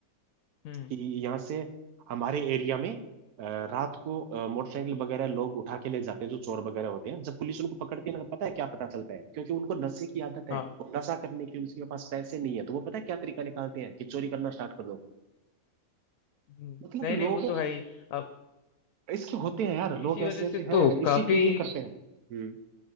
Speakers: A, on the left; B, on the right.
A: हम्म
B: कि यहाँ से हमारे एरिया में अ, रात को अ, मोटरसाइकिल वगैरह लोग उठा के ले जाते हैं जो चोर वगैरह होते हैं जब पुलिस उनको पकड़ती है ना तो पता है क्या पता चलता है क्योंकि उनको नशे की आदत है
A: हाँ
B: और नशा करने के लिए उनके पास पैसे नहीं है तो वो पता है क्या तरीका निकालते हैं कि चोरी करना स्टार्ट कर दो
A: हम्म,
B: मतलब
A: नहीं
B: लोग
A: नहीं वो तो है ही अब
B: इसके होते हैं यार लोग
A: इसी
B: ऐसे
A: वजह से
B: ऐसे हैं
A: तो काफी
B: इसी के लिए करते हैं हम्म